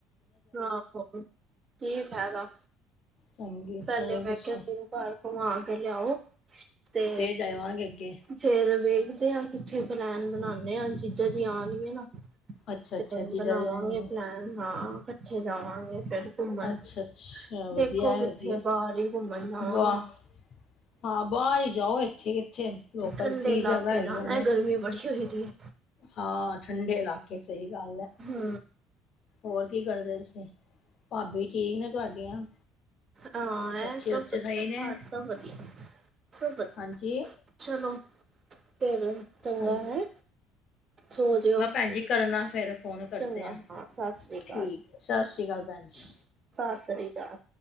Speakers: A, on the right (about 35°); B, on the left (about 55°).
A: ਆਹੋ <unintelligible> ਕੀ ਫਾਇਦਾ।
B: ਚੰਗੀ
A: ਪਹਿਲੇ
B: ਹੋਰ ਦੱਸੋ
A: ਮੈਂ ਕਿਹਾ ਗੁਰੂਘਰ ਘੁਮਾ ਕੇ ਲਿਆਓ ਤੇ
B: ਫੇਰ ਜਾਵਾਂਗੇ ਅੱਗੇ।
A: ਫੇਰ ਵੇਖਦੇ ਆ, ਕਿੱਥੇ ਪਲੈਨ ਬਣਾਉਦੇ ਆ ਜਿੰ ਤੇ ਜੇ ਆਣ ਵੀ ਨਾ,
B: ਅੱਛਾ ਅੱਛਾ
A: ਤੇ
B: ਜੀਜਾ
A: ਬਣਾਵਾਂਗੇ
B: ਜੀ ਆਏ ਨੇ।
A: ਪਲੈਨ। ਹਾਂ, ਇਕੱਠੇ ਜਾਵਾਂਗੇ ਫੇਰ। ਘੁੰਮਣ,
B: ਅੱਛਾ ਅੱਛਾ ਵਧੀਆ
A: ਦੇਖੋ ਕਿੱਥੇ
B: ਹੈ ਵਧੀਆ
A: ਬਾਹਰ ਹੀ ਘੁੰਮਣ ਜਾਵਾਂਗੇ।
B: ਵਾਹ ਹਾਂ ਬਾਹਰ ਹੀ ਜਾਓ ਇਥੇ ਲੋਕਲ
A: ਠੰਡੇ
B: ਕੀ
A: ਇਲਾਕੇ
B: ਜਗ੍ਹਾ ਹੈਗੀਆਂ
A: ਜਾਣਾ
B: ਨੇ।
A: ਹੈ ਗਰਮੀ ਬੜੀ ਹੋਈ ਦੀ ਹੈ
B: ਹਾਂ, ਠੰਡੇ ਇਲਾਕੇ ਸਹੀ ਗੱਲ ਐ।
A: ਹੂ।
B: ਹੋਰ ਕੀ ਕਰਦੇ ਤੁਸੀਂ ਭਾਬੀ ਠੀਕ ਨੇ ਤੁਹਾਡੀਆਂ
A: ਹਾਂ ਇਹ
B: ਬੱਚੇ
A: ਸਭ
B: ਬੱਚੇ
A: ਵਧੀਆ
B: ਸਹੀ
A: ਘਰ
B: ਨੇ?
A: ਸਭ ਵਧੀਆ ਸਭ ਵਧੀਆ
B: ਹਾਂਜੀ
A: ਚਲੋ ਫਿਰ ਚੰਗਾ
B: ਹਾਂਜੀ
A: ਹੈ ਸੋ ਜਿਓ।
B: ਹਾਂ ਜੀ ਕਰਨਾ ਫੇਰ ਫੋਨ। ਕਰਦੇ
A: ਚੰਗਾ
B: ਆ।
A: ਹਾਂ ਸਤਿ ਸ੍ਰੀ ਅਕਾਲ
B: ਠੀਕ ਸਤਿ ਸ਼੍ਰੀ
A: ਸਤਿ
B: ਅਕਾਲ ਭੈਣ ਜੀ।
A: ਸ੍ਰੀ ਅਕਾਲ